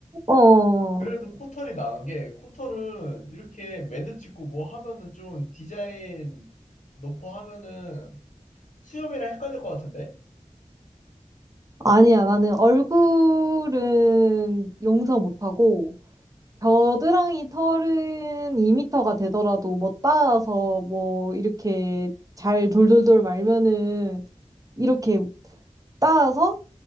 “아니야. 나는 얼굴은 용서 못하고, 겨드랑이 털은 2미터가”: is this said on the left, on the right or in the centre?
Right